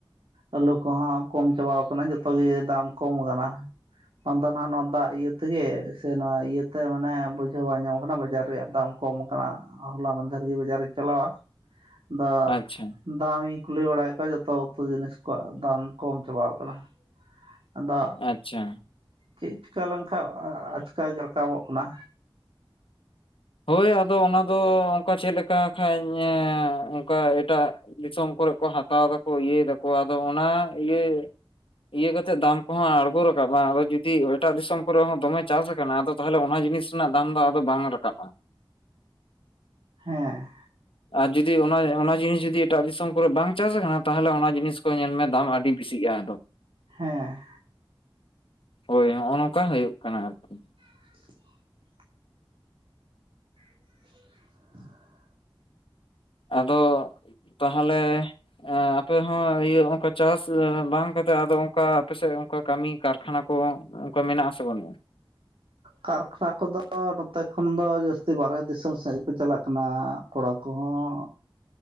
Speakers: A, on the right; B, on the left.
A: ᱟᱹᱞᱩ ᱠᱚᱦᱚᱸ ᱠᱚᱢ ᱪᱟᱵᱟᱣ ᱠᱟᱱᱟ ᱡᱚᱛᱚ ᱜᱮ ᱫᱟᱢ ᱠᱚᱢ ᱠᱟᱱᱟ ᱟᱫᱚ ᱱᱟᱜ ᱱᱚᱣᱟ ᱫᱟᱜ ᱤᱭᱟᱹ ᱛᱮᱜᱮ ᱥᱮ ᱱᱚᱣᱟ ᱤᱭᱟᱹᱛᱮ ᱢᱟᱱᱮ ᱵᱩᱡᱷᱟᱹᱣ ᱵᱟᱝ ᱧᱟᱢ ᱟᱠᱟᱱᱟ ᱵᱟᱡᱟᱨ ᱨᱮᱭᱟᱜ ᱫᱟᱢ ᱠᱚᱢ ᱠᱟᱱᱟ ᱦᱚᱞᱟ ᱢᱟᱫᱷᱮᱨ ᱜᱮ ᱵᱟᱡᱟᱨᱤᱧ ᱪᱟᱞᱟᱣᱟ <unintelligible>
B: ᱟᱪᱪᱷᱟ
A: ᱫᱟᱢ ᱤᱧ ᱠᱩᱞᱤ ᱵᱟᱲᱟᱭᱮᱫ ᱠᱚᱣᱟ ᱡᱚᱛᱚ ᱩᱛᱩ ᱡᱤᱱᱤᱥ ᱠᱚᱣᱟᱜ ᱫᱟᱢ ᱠᱚᱢ ᱪᱟᱵᱟᱣ ᱠᱟᱱᱟ ᱟᱫᱚ
B: ᱟᱪᱪᱷᱟ
A: ᱪᱮᱫ ᱪᱤᱠᱟᱹ ᱞᱮᱱᱠᱷᱟᱱ ᱟᱪᱠᱮ ᱜᱮ ᱨᱟᱠᱟᱵᱚᱜ ᱠᱟᱱᱟ
B: ᱦᱳᱭ ᱟᱫᱚ ᱚᱱᱟ ᱫᱚ ᱚᱱᱠᱟ ᱪᱮᱫ ᱞᱮᱠᱟ ᱠᱷᱟᱱᱡ ᱚᱱᱠᱟ ᱮᱴᱟᱜ ᱫᱤᱥᱚᱢ ᱠᱚᱨᱮ ᱠᱚ ᱦᱟᱛᱟᱣ ᱫᱟᱠᱚ ᱤᱭᱟᱹᱭ ᱫᱟᱠᱚ ᱟᱫᱚ ᱚᱱᱟ ᱤᱭᱟᱹ ᱤᱭᱟᱹ ᱠᱟᱛᱮᱫ ᱫᱟᱢ ᱠᱚᱦᱚᱸ ᱟᱸᱬᱜᱚ ᱨᱟᱠᱟᱵ ᱟ ᱟᱫᱚ ᱡᱩᱫᱤ ᱮᱴᱟᱜ ᱫᱤᱥᱚᱢ ᱠᱚᱨᱮ ᱦᱚᱸ ᱫᱚᱢᱮ ᱪᱟᱥ ᱟᱠᱟᱱᱟ ᱟᱫᱚ ᱛᱟᱦᱚᱞᱮ ᱚᱱᱟ ᱡᱤᱱᱤᱥ ᱨᱮᱱᱟᱜ ᱫᱟᱢ ᱫᱚ ᱟᱫᱚ ᱵᱟᱝ ᱨᱟᱠᱟᱵ ᱟ
A: ᱦᱮᱸ
B: ᱟᱨ ᱡᱩᱫᱤ ᱚᱱᱟ ᱚᱱᱟ ᱡᱤᱱᱤᱥ ᱡᱩᱫᱤ ᱮᱴᱟᱜ ᱫᱤᱥᱚᱢ ᱠᱚᱨᱮ ᱵᱟᱝ ᱪᱟᱥ ᱟᱠᱟᱱᱟ ᱛᱟᱦᱚᱞᱮ ᱚᱱᱟ ᱡᱤᱱᱤᱥ ᱠᱚ ᱧᱮᱞ ᱢᱮ ᱫᱟᱢ ᱟᱹᱰᱤ ᱵᱮᱥᱤᱜᱼᱟ ᱟᱫᱚ
A: ᱦᱮᱸ
B: ᱦᱳᱭ ᱦᱚᱜᱼᱚ ᱱᱚᱝᱠᱟ ᱦᱩᱭᱩᱜ ᱠᱟᱱᱟ ᱟᱨᱠᱤ
A: <unintelligible> <inaudible>
B: ᱟᱫᱚ ᱛᱟᱦᱚᱞᱮ ᱟᱯᱮ ᱦᱚᱸ ᱤᱭᱟᱹ ᱦᱚᱸᱜᱠᱟ ᱪᱟᱥ ᱵᱟᱝ ᱠᱟᱛᱮ ᱟᱫᱚ ᱚᱱᱠᱟ ᱟᱯᱮᱥᱮᱫ ᱚᱱᱠᱟ ᱠᱟᱹᱢᱤ ᱠᱟᱨᱠᱷᱟᱱᱟ ᱠᱚ ᱚᱱᱠᱟ ᱢᱮᱱᱟᱜ ᱟ ᱥᱮ ᱵᱟᱹᱱᱩᱜᱼᱟ
A: ᱠᱟᱨᱠᱷᱟᱱᱟ ᱠᱚᱫᱚ ᱱᱚᱛᱮ ᱠᱷᱚᱱ ᱫᱚ ᱡᱟᱹᱥᱛᱤ ᱵᱟᱨᱦᱮ ᱫᱤᱥᱚᱢ ᱥᱮᱫ ᱜᱮᱠᱚ ᱪᱟᱞᱟᱜ ᱠᱟᱱᱟ ᱠᱚᱲᱟ ᱠᱚᱦᱚᱸ